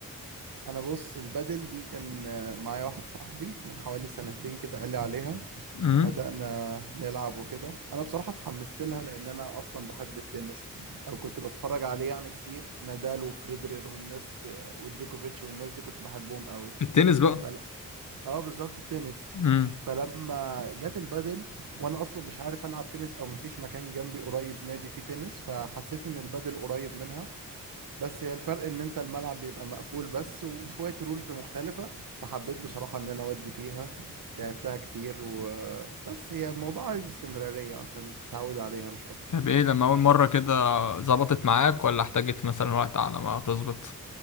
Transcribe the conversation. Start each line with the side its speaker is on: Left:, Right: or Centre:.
Right: أنا بص البدل دي كان معايا واحد صاحبي من حوالي سنتين كده قال لي عليها
Left: مم.
Right: بدأنا نلعب وكده انا بصراحة اتحمست لها لان انا اصلا بحب التنس او كنت بتفرج عليه يعني كتير نادال وفريدرير والناس والجوكوفيتش والناس دي كنت بحبهم قوي
Left: في التنس بقى
Right: فل... اه بالظبط التنس
Left: مم.
Right: فلما جت البادل وانا اصلا مش عارف العب تنس او مفيش مكان جنبي قريب نادي فيه تنس فحسيت ان البادل قريب منها بس هي الفرق ان انت الملعب بيبقى مقفول بس وشوية رولز مختلفة فحبيت بصراحة ان انا اودي فيها لعبتها كتير وبس هي الموضوع عايز استمرارية عشان تتعود عليها مش اكتر
Left: طب ايه لما اول مرة كده ظبطت معاك ولا احتاجت مثلا وقت على ما تظبط